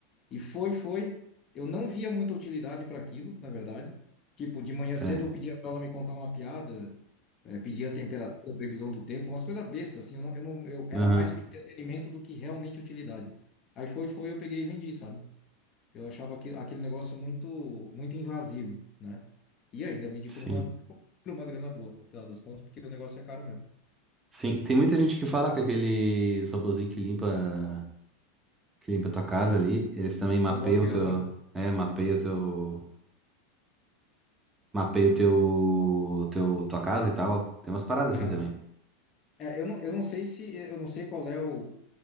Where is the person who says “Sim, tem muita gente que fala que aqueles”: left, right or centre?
Right